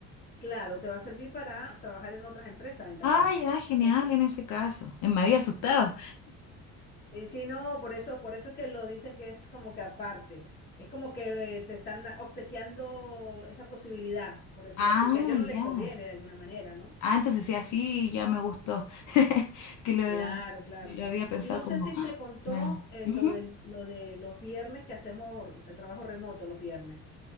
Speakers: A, on the left; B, on the left.
A: Claro, te va a servir para trabajar en otras empresas en tal
B: Ah,
A: caso.
B: ya, genial
A: Entonces,
B: en ese caso. Eh, Me había asustado.
A: sí. Y sí, no, por eso, por eso es que lo dicen que es como que aparte. Es como que eh, te están obsequiando esa posibilidad, por decirlo
B: Ah,
A: así, que a ellos no les
B: ya.
A: conviene de alguna manera, ¿no?
B: Ah, entonces sí, así ya me gustó. <laughs> Que lo,
A: Claro, claro.
B: lo había pensado
A: Y no
B: como...
A: sé si
B: ¡ah!
A: te contó
B: Me...
A: eh,
B: Ujú.
A: lo del, lo de los viernes que hacemos el trabajo remoto los viernes.